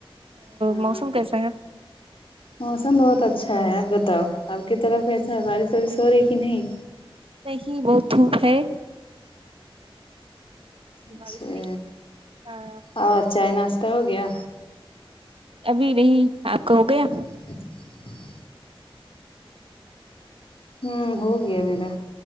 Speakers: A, on the left; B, on the right.
A: ہاں
B: موسم کیسا ہے
A: موسم بہت اچھا ہے آپ بتاؤ آپ کی طرف کیسا ہے بارش وارش ہو رہی کہ نہیں
B: نہیں ہی بہت دھوپ ہے
A: اچھا
B: بارش نہیں ہاں
A: اور چائ ناشتہ ہو گیا
B: ابھی نہیں آپ کا ہو گیا
A: <inaudible> ہوں ہو گیا میرا